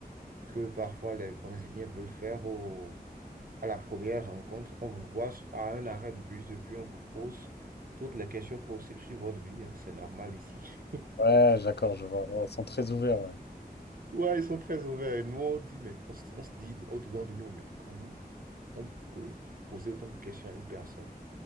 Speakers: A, on the right (about 60°); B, on the left (about 85°).
A: que parfois les Brésiliens veulent faire au, à la première rencontre. On vous voit à un arrêt de bus et puis on vous pose toutes les questions possibles sur votre vie. hein. C'est normal ici. <laughs>
B: Ouais, d'accord, je vois. Ouais, ils sont très ouverts, ouais.
A: Ouais, ils sont très ouverts. Et nous, on dit, mais on, se on se dit au-dedans de nous, mais comment? on peut poser autant de questions à une personne,